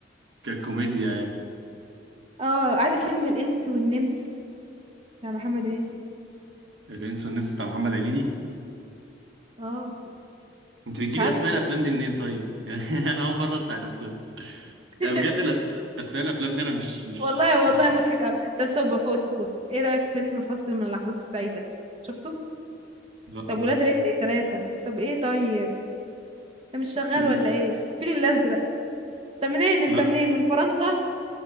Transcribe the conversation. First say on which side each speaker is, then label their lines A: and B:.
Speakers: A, on the right; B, on the right.
A: ككوميديا يعني
B: اه عارف فيلم الانس والنمس بتاع محمد هنيدي
A: الانس والنمس بتاع محمد هنيدي
B: اه
A: انت بتجيبي
B: مش عارفه
A: اسماء
B: والله
A: الافلام دي منين طيب <laughs> يعني انا اول مره اسمع الافلام
B: <laughs>
A: يعني بجد الأس... اسماء الافلام دي انا مش مش
B: والله والله
A: مش عارف
B: مضحك قوي طب صب بص بص ايه رأيك في فيلم فصل من اللحظات السعيدة شفته
A: لا
B: طب
A: برضه
B: ولاد رزق ثلاثة طب ايه طيب ده مش شغال
A: انت-
B: ولا ايه الفيل الازرق انت منين انت
A: لا
B: منين من فرنسا